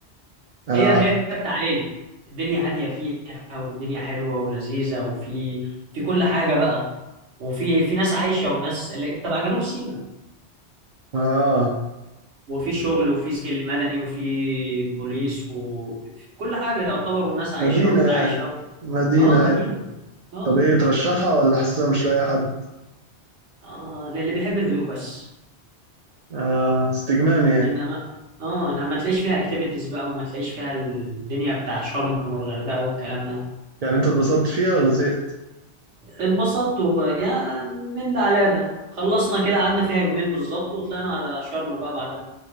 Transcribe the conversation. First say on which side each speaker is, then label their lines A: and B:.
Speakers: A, on the right; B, on the right.
A: اه
B: هي هي بتاع عيلة الدنيا هادية فيها والدنيا حلوة ولذيذة وفي في كل حاجة بقى وفي في ناس عايشة وناس اللي تبع جنوب سيناء
A: اه
B: وفي شغل وفي سجل مدني وفي بوليس وفي كل حاجة يعتبر وناس عايشة
A: مدينة
B: ومتعايشة
A: يعني
B: و...
A: مدينة
B: اه
A: عادي
B: مدينة اه
A: طب ايه ترشحها ولا حاسسها مش لاقي حد
B: اه للي بيحب الهدوء بس
A: آه استجمام يعني
B: انما اه انما ما تلاقيش فيها اكتيفيتيز بقى وما تلاقيش فيها الدنيا بتاع شرم والغردقة والكلام ده
A: يعني انت اتبسطت فيها ولا زهقت
B: اتبسطت وك- يا من ده على ده خلصنا كده قعدنا فيها يومين بالظبط وطلعنا على شرم بقى بعدها